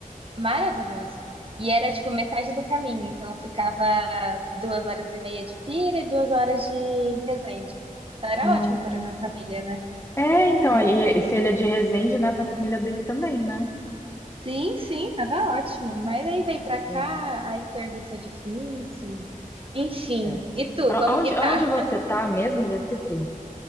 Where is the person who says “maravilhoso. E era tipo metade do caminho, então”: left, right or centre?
Right